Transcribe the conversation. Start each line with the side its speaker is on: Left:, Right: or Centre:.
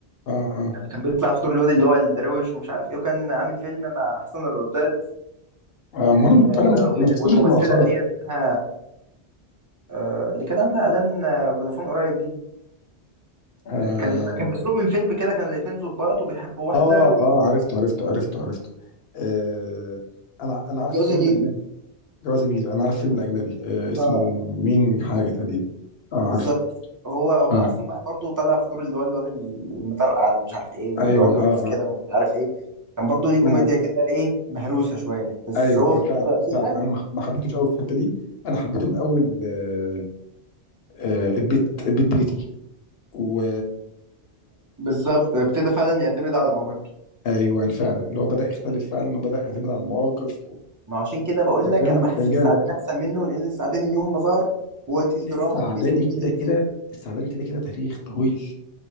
Left: اه اه
Right: يعني كان بيطلع في دور الواد اللي هو الروش ومش عارف ايه وكان عامل فيلم مع حسن الرداد
Left: آه، آه، ما
Right: و-
Left: انا فعلا
Right: وال-
Left: ما شفتوش
Right: والممثله
Left: غير مؤخرا
Right: اللي هي اسمها آه، اللي كانت عامله اعلان آه، فودافون قريب دي
Left: اه
Right: آه، كان كان مسروق من فيلم كده كان الاتنين ظباط وبيحبوا واحده
Left: اه اه عرفته عرفته عرفته عرفته آه انا انا عارف
Right: وجوازه
Left: الفيلم
Right: ميري
Left: الاجنبي جواز ميل انا عارف فيلم الاجنبي آه اسمه
Right: اه
Left: مين حاجه تقريبا اه عارفه
Right: بالظبط هو هم
Left: اه
Right: اصلا بقى برضه طلع في دور اللي هو الواد المطرقع اللي مش عارف ايه ويقعد
Left: ايوه
Right: يرقص
Left: اه
Right: كده
Left: اه
Right: ومش عارف ايه كان برضه ليه كوميديا
Left: ما انا
Right: كده ايه مهروسه شويه بس
Left: ايوه
Right: هو في
Left: اه فعلا
Right: الفتره الاخيره
Left: فعلا انا ما ما حبيتوش قوي في الحته دي انا حبيته من اول آه آه البيت البيت بيتي و
Right: بالظبط ابتدى فعلا يعتمد على موهبته
Left: ايوه فعلا اللي هو بدا يختلف فعلا وبدا يعتمد على المواقف و...
Right: ما عشان كده بقول لك
Left: كان
Right: انا بحس
Left: كان جامد
Right: السعدين احسن منه لان السعدين من يوم ما ظهر هو تقيل
Left: السعداني
Right: دراما تقيل كوميديا
Left: كده كده السعداني كده كده تاريخ طويل